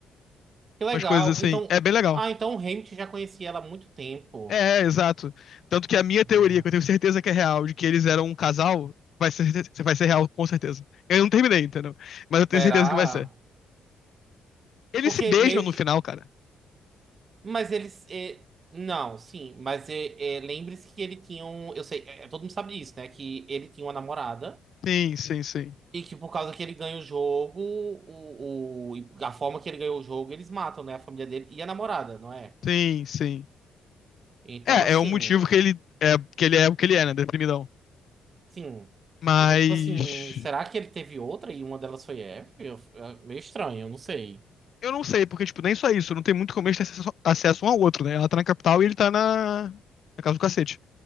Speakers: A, on the right; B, on the left.
A: que legal.
B: Umas coisas assim.
A: Então,
B: É bem legal.
A: ah, então o Hamilton já conhecia ela há muito tempo.
B: É, é, exato. Tanto que a minha
A: Hum.
B: teoria, que eu tenho certeza que é real, de que eles eram um casal, vai ser, vai ser real, com certeza. Eu não terminei, entendeu? Mas eu tenho
A: Será?
B: certeza que vai ser. Eles
A: Porque
B: se beijam
A: meio
B: no
A: que.
B: final, cara.
A: Mas eles. é, não, sim, mas é, é, lembre-se que ele tinha um. Eu sei, é, todo mundo sabe disso, né? Que ele tinha uma namorada
B: Sim, sim, sim.
A: e que por causa que ele ganha o jogo, o, o- e a forma que ele ganhou o jogo, eles matam, né? A família dele e a namorada, não é?
B: Sim, sim.
A: Então,
B: É,
A: assim.
B: é o motivo que ele é, que ele é o que ele é, né? Deprimidão.
A: Sim.
B: Mas
A: Então, tipo assim, será que ele teve outra e uma delas foi Eve Eu- é meio estranho, eu não sei.
B: eu não sei, porque, tipo, nem só isso, não tem muito como eles terem acesso, acesso um ao outro, né? Ela tá na capital e ele tá na, na casa do cacete.